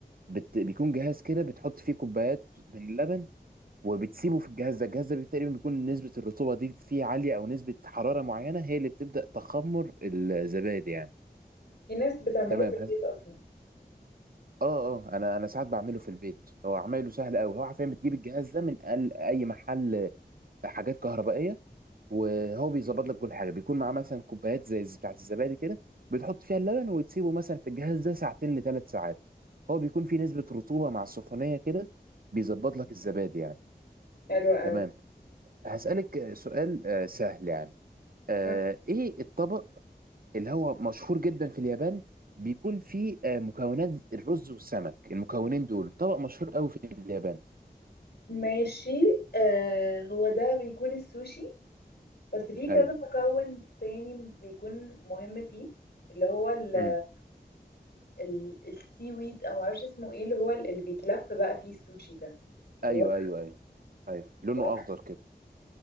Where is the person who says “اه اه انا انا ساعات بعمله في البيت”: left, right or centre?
Right